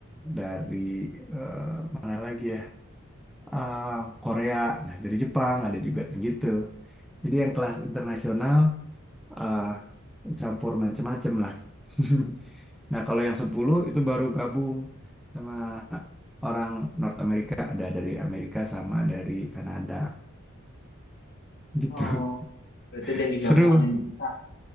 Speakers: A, in the centre; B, on the left.
A: dari eh, mana lagi ya? Ah, Korea, nah dari Jepang ada juga gitu. Jadi yang kelas internasional ah, campur macem-macem lah. <laughs> Nah, kalau yang 10 itu baru gabung sama orang North America, ada dari Amerika sama dari Kanada gitu.
B: oh, berarti
A: <laughs>
B: ada yang digabung,
A: Seru.
B: ada yang dipisah.